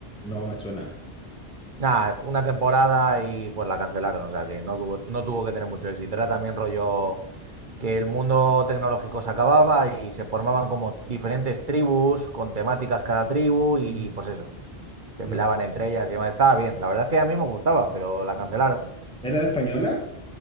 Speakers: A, in the centre; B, on the right (about 50°).
A: No me suena.
B: Nada, una temporada y pues la cancelaron, o sea que no tuvo, no tuvo que tener mucho éxito. Era también rollo que el mundo tecnológico se acababa y se formaban como diferentes tribus, con temáticas cada tribu y
A: No.
B: pues eso, se
A: No.
B: pelaban entre ellas y demás. Estaba bien, la verdad es que a mí me gustaba, pero la cancelaron.
A: ¿Era de española?